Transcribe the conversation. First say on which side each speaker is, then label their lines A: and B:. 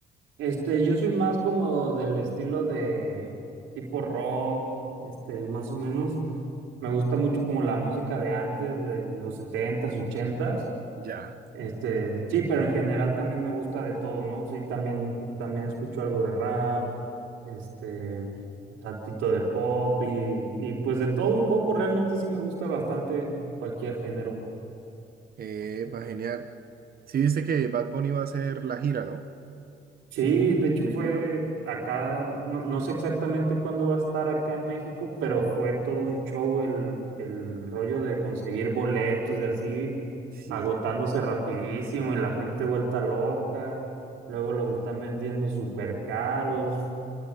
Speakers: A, on the right; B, on the right.
A: Este, yo soy más como del estilo de tipo rock, este, más o menos. Me gusta mucho como la música de antes, de los setentas, ochentas.
B: Ya,
A: Este, sí, pero en general también me gusta de todo, ¿no? Sí, también, también escucho algo de rap, este, un tantito de pop y, y pues de todo un poco. Realmente sí me gusta bastante cualquier género.
B: eh, genial. Sí, viste que Bad Bunny va a hacer la gira, ¿no?
A: Sí, de hecho
B: En
A: fue
B: enero.
A: acá, no, no sé exactamente cuándo va a estar acá en México, pero fue todo un show el, el rollo de conseguir boletos y así,
B: Sí.
A: agotándose rapidísimo y la gente vuelta loca, luego los están vendiendo súper caros.